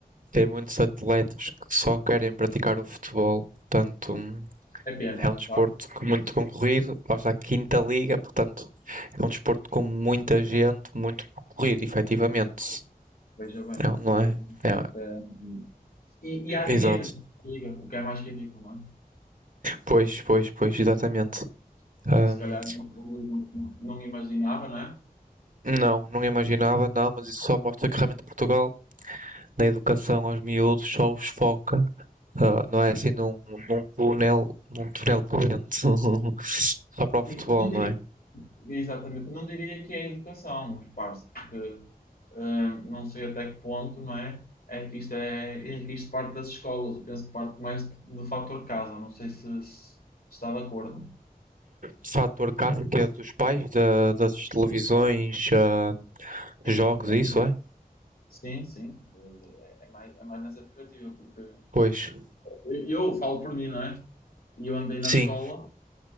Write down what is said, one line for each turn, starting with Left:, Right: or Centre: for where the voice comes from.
Right: Tem muitos atletas que só querem praticar o futebol. tanto um
Left: É pena,
Right: É um desporto
Left: sabe?
Right: muito concorrido, lá está a quinta liga, portanto, é um desporto com muita gente, muito concorrido, efetivamente.
Left: Veja bem,
Right: Não, não
Left: veja
Right: é?
Left: bem.
Right: É,
Left: Eh, e, e há dinheiro,
Right: exato.
Left: liga, o que é mais ridículo, não é?
Right: Pois, pois, pois, exatamente. Ahm,
Left: O se calhar não, não imaginava, não é?
Right: não, não imaginava, não, mas isso só mostra que realmente Portugal, na educação aos miúdos, só os foca, ah, não é assim, num, num túnel, num túnel corrente, <laughs> só para o futebol,
Left: E Não diria,
Right: não é?
Left: Exatamente. Não diria que é educação, repare-se, porque hum, não sei até que ponto, não é? É que isto é, é que isto parte das escolas, eu penso que parte mais do fator casa, não sei se, se está de acordo.
Right: Fator casa que é dos pais, da- das televisões, ah,
Left: Evidentemente.
Right: jogos, isso é?
Left: Sim, sim, eh, é é mais, é mais nessa perspectiva, porque
Right: Pois,
Left: eu, eu falo por mim, não é? E eu andei na
Right: Sim,
Left: escola